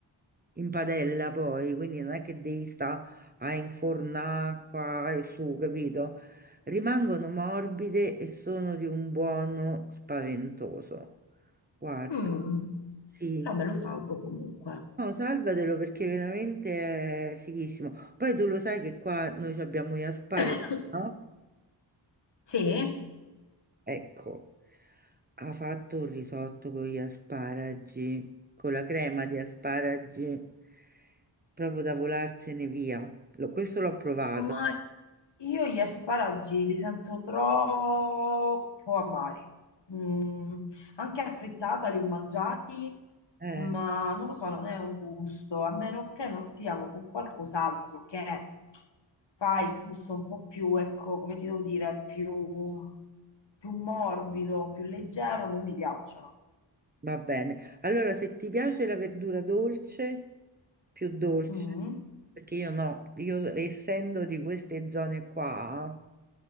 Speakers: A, on the right; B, on the left.
A: in padella poi, quindi non è che devi stare a infornare qua e su, capito? Rimangono morbide e sono di un buono spaventoso. Guarda,
B: Mm,
A: sì.
B: però me lo salvo comunque.
A: No, salvatelo perché veramente è fighissimo. Poi tu lo sai che qua noi ci abbiamo gli asparagi,
B: <coughs>
A: no?
B: Sì,
A: Ecco, ha fatto un risotto con gli asparagi, con la crema di asparagi, proprio da volarsene via. Lo- Questo l'ho provato.
B: ma Io gli asparagi li sento troppo amari. Mm, anche affrittata li ho mangiati,
A: Eh,
B: ma non lo so, non è un gusto, a meno che non siano con qualcos'altro che fa il gusto un po' più, ecco, come ti devo dire, più, più morbido, più leggero, non mi piacciono.
A: va bene. Allora, se ti piace la verdura dolce, più dolce,
B: Mm.
A: perché io no, io essendo di queste zone qua.